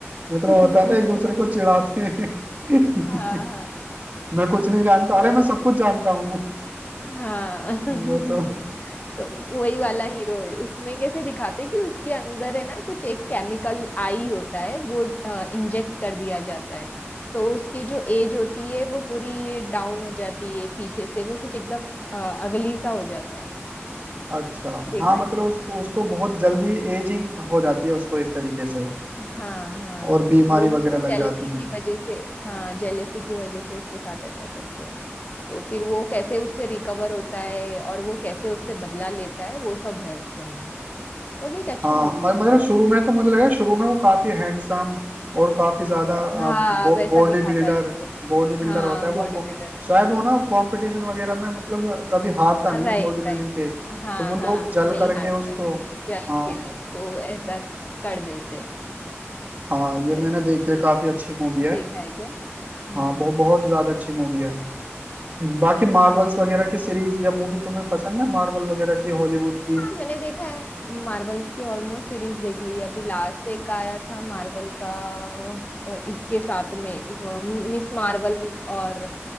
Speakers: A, on the right; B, on the left.
A: मतलब
B: <laughs>
A: होता है ना एक दूसरे को चिढ़ाते हैं <laughs>
B: हाँ हाँ
A: मैं कुछ नहीं जानता
B: तो
A: अरे मैं सब कुछ जानता हूँ
B: हाँ <laughs>
A: वो सब
B: तो वही वाला हीरो है उसमें कैसे दिखाते हैं कि उसके अंदर है ना कुछ एक केमिकल आई होता है वो इंजेक्ट कर दिया जाता है तो उसकी जो एज होती है वो पूरी डाउन हो जाती है पीछे से वो कुछ एकदम अ, अगली सा हो जाता है
A: अच्छा
B: देखा
A: हाँ
B: है
A: मतलब उसको उसको बहुत जल्दी एजिंग हो जाती है उसको एक तरीके से
B: हाँ हाँ
A: और बीमारी
B: लोग
A: वगैरह
B: उसमें
A: लग
B: जेलेसी
A: जाती है
B: की वजह से हाँ जेलेसी की वजह से उसके साथ ऐसा करते हैं तो फिर वो कैसे उससे रिकवर होता है और वो कैसे उससे बदला लेता है वो सब है उसके अंदर वो भी एक अच्छी
A: हाँ
B: मूवी
A: और
B: है साउथ
A: मतलब शुरू में तो मुझे लगा शुरू में वो काफी हैंडसम और काफी ज्यादा
B: की। हाँ
A: बॉडी
B: वैसा दिखाता
A: बिल्डर
B: है उसको
A: बॉडी बिल्डर
B: हाँ
A: होता है वो
B: बॉडी
A: को-
B: बिल्डर दिखाता
A: शायद वो ना कंपटीशन वगैरह में मतलब कभी हारता
B: है
A: नहीं
B: Right
A: बॉडी बिल्डिंग
B: right
A: के तो
B: हाँ
A: वो लोग
B: हाँ
A: जल
B: नहीं
A: करके
B: हारता
A: उसको
B: है जल
A: हाँ
B: के उसको ऐसा कर देते हैं
A: हाँ ये
B: राइट
A: मैंने देखी है काफी अच्छी मूवी है
B: देखा है क्या हाँ
A: हाँ बहुत
B: हाँ
A: बहुत ज्यादा अच्छी मूवी है बाकी मार्वल्स
B: ओके
A: वगैरह की सीरीज या मूवी तुम्हें पसंद है मार्वल वगैरह की हॉलीवुड
B: हाँ
A: की
B: मैंने देखा है मार्वल्स की ऑलमोस्ट सीरीज देख ली है। अभी लास्ट एक आया था मार्वल का और इसके साथ में मिस मार्वल और